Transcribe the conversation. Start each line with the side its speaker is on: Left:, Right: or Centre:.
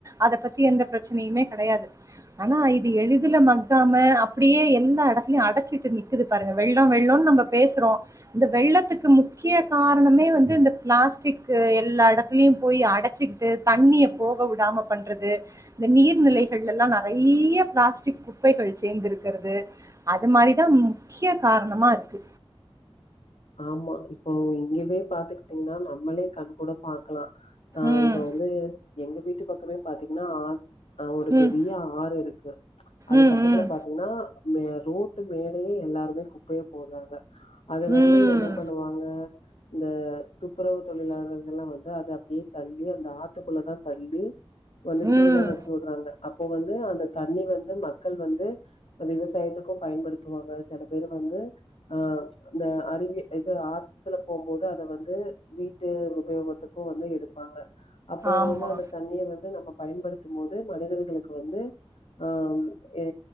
Right: அத பத் எந்த பிரச்சனையுமே கடையாது ஆனா இது எளிதுல மக்காம அப்டியே எல்லா இடத்துலயு அடைச்சிட்டு நிக்குது பாருங்க வெள்ளோ வெள்ளோனு நம்ம பேசுறோ இந்த வெள்ளத்துக்கு முக்கிய காரணமே வந்து இந்த பிளாஸ்டிக்கு எல்லா இடத்துலியு போய் அடச்சுகுட் டு தண்ணிய போக விடாம பண்றது இந்த நீர்நிலைகள்லலா நறைய பிளாஸ்டிக் குப்பைகள் சேந்திருக்கறது அது மாதிரிதா முக்கிய காரணமா இருக்கு
Left: ஆமா இப்போ இங்கவே பாத்துக்கிட்டீங்கனா நம்மளே கண் கூட பாக்கலா ஆ
Right: ம்
Left: இப்போ வந்து எங்க வீட்டு பக்கமே பாத்தீங்கனா ஆ ஆ ஒரு
Right: ம்
Left: பெரிய ஆறு இருக்கு அது
Right: ம்
Left: பக்கத்துல
Right: ம்
Left: பாத்தீங்கனா ஆ ரோட்டு மேலயே எல்லாருமே குப்பைய போட்றாங்க அது வந்து
Right: ம்
Left: என்ன பண் சொல்லுவாங்க இந்த துப்புரவு தொழிலாளர்கள்லா வந்து அத அப்டியே தள்ளி அந்த ஆத்துக்குள்ளதா தள்ளி வந்து தீலா
Right: ம்
Left: வெச்சுவுட்றாங்க அப்போ வந்து அந்த தண்ணி வந்து மக்கள் வந்து விவசாயத்துக்கு பயன்படுத்துவாங்க சில பேரு வந்து அ இந்த அறி இது ஆத்துல போகும்போது அத வந்து வீட்டு உபயோகத்துக்கு வந்து எடுப்பாங்க அப்போ
Right: ஆமா
Left: வந்து அந்த தண்ணிய வந்து நம்ம பயன்படுத்தும்போது மனிதர்களுக்கு வந்து ஆ ஏ